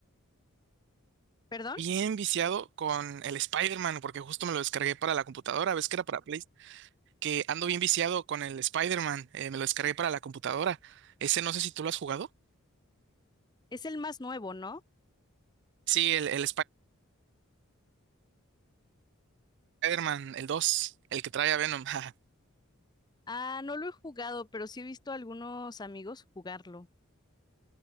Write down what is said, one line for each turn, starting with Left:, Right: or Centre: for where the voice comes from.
Left: ¿Perdón?
Right: bien viciado con el Spider-Man, porque justo me lo descargué para la computadora. ¿Ves que era para Play? Que ando bien viciado con el Spider-Man. eh, me lo descargué para la computadora. Ese no sé si tú lo has jugado.
Left: Es el más nuevo, ¿no?
Right: Sí, el, el Spider-Man, el 2, el que trae a Venom. <laughs> jaja.
Left: Ah, no lo he jugado, pero sí he visto a algunos amigos jugarlo.